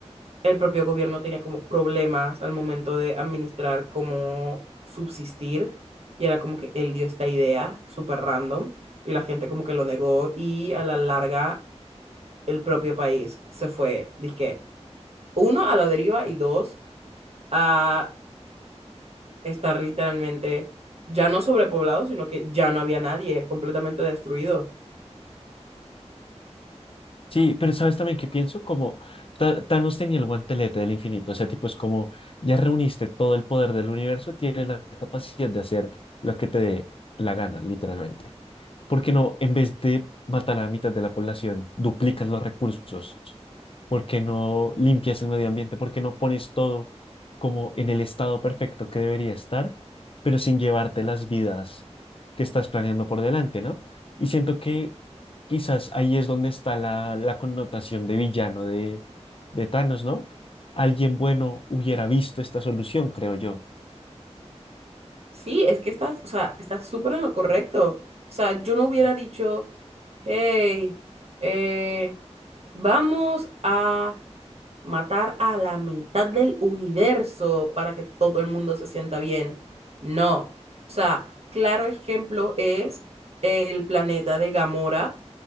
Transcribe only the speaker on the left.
Sí, pero sabes también que pienso como Ta- Thanos tenía el guantelete del infinito, ese tipo es como ya reuniste todo el poder del universo, tienes la capacidad de hacer lo que te dé la gana, literalmente. ¿Por qué no, en vez de matar a la mitad de la población, duplicas los recursos? ¿Por qué no limpias el medio ambiente? ¿Por qué no pones todo como en el estado perfecto que debería estar, pero sin llevarte las vidas que estás planeando por delante, ¿no? Y siento que quizás ahí es donde está la, la connotación de villano de, de Thanos, ¿no? Alguien bueno hubiera visto esta solución, creo yo.